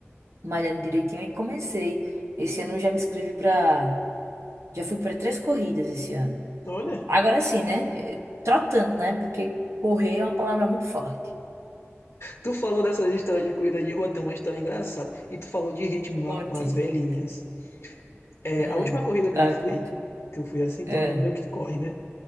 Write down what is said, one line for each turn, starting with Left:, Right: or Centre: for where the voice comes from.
Right: malhando direitinho, aí comecei. Esse ano eu já me inscrevi pra. já fui pra três corridas esse ano.
Left: Olha,
Right: Agora sim, né? eh, Trotando, né? Porque correr é uma palavra muito forte.
Left: tu falou dessas histórias de corrida de rua, tem uma história engraçada. E tu falou de ritmo lá
Right: Conte.
Left: com as velhinhas. É,
Right: Hum,
Left: a última corrida
Right: dá
Left: que eu fui,
Right: conte.
Left: que eu fui assim, tem
Right: É.
Left: um amigo meu que corre, né?